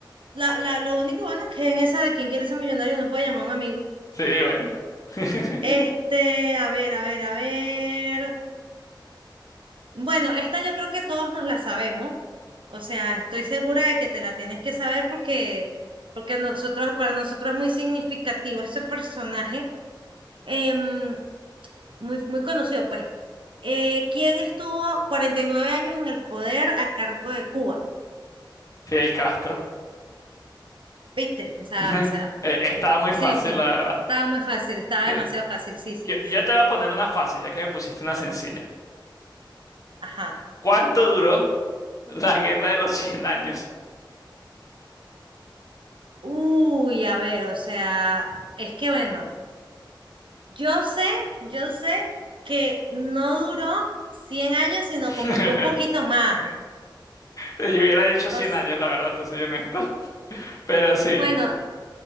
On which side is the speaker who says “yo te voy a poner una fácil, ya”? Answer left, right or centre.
Left